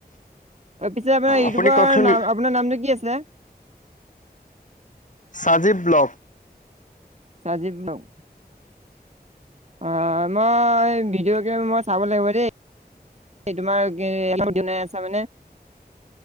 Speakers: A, on the right; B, on the left.
A: পিছে আপোনাৰ ইউটিউবৰ
B: আপুনি কওকচোন
A: নাম আপোনাৰ নামটো কি আছিল
B: সাজীৱ ব্লক
A: চাজীৱ লও অ ন ভিডিঅ গেম মই চাব লাগিব দেই তোমাৰলপাই আছ মানে